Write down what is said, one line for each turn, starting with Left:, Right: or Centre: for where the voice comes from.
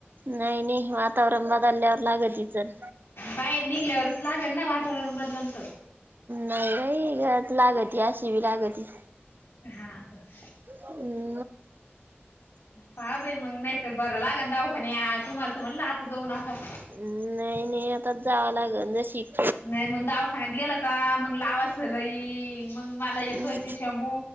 Right: नाही, नाही वातावरण बदलल्यावर लागती तचण
Left: बाहेर निघल्यावरच लागण ना वातावरण बदललत
Right: नाही बाई लागती अशी बी लागती
Left: हा तर
Right: हम्
Left: पाहा बाई मग नाहीतर बर लागन दवाखान्यात तुम्हालाच म्हणलं आता जाऊ नका
Right: नाही, नाही आताच जावं लागेल ज शिक
Left: नाही मग दावाखान्यात गेलं का मग लावासलय मग मला येतो
Right: हम्म
Left: शंभू